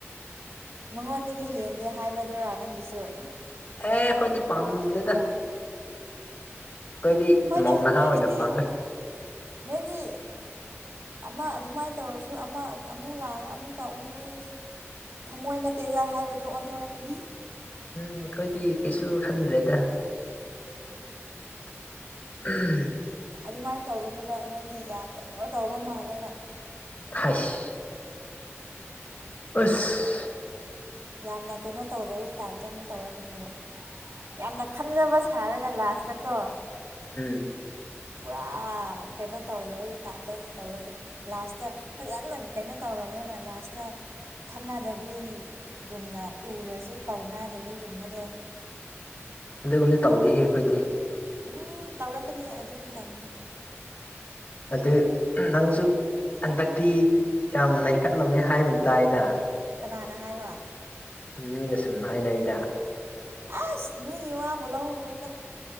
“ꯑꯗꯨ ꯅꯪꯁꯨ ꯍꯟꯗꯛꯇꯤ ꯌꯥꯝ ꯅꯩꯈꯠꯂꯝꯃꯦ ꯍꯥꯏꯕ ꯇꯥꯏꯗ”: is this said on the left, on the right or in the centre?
Left